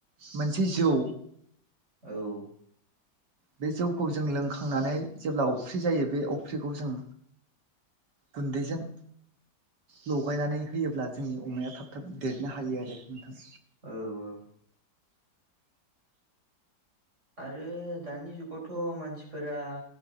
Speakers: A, on the right (about 75°); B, on the right (about 40°).
A: मोनसे जौ
B: औ
A: बे जौखौ जों लोंखांनानै जेब्ला अफ्रि जायो बे अफ्रिखौ जों गुन्दैजों लगायनानै होयोब्ला जोंनि अमाया थाब थाब देरनो हायो आरो नोंथां
B: औ औ आरो दानि जुगावथ' मानसिफोरा